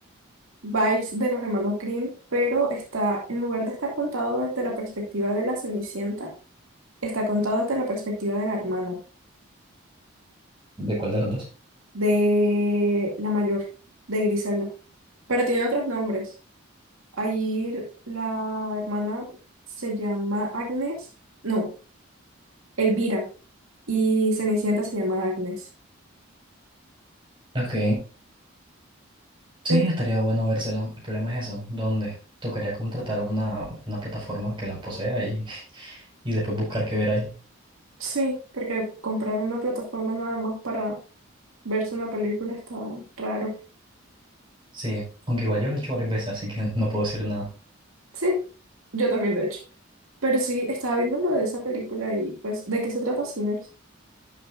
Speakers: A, on the right (about 80°); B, on the right (about 25°).
A: vibes de los hermanos Green pero está, en lugar de estar contado desde la perspectiva de la Cenicienta, está contado desde la perspectiva de la hermana,
B: ¿De cuál de los dos?
A: de la mayor, de Griselda. Pero tiene otros nombres. Ahí la hermana se llama Agnes, no, Elvira, y Cenicienta se llama Agnes.
B: Ok, sí,
A: Ent-
B: estaría bueno vérselo. El problema es eso, ¿dónde? Tocaría contratar una, una plataforma que la posea y, <laughs> y después buscar qué ver ahí.
A: sí, porque compraron una plataforma nada más para Verse una película está raro.
B: Sí, aunque igual yo lo he hecho varias veces, así que <laughs> no puedo decir nada.
A: Sí, yo también lo he hecho. Pero sí, estaba viendo lo de esa película y pues, ¿de qué se trata Sinners?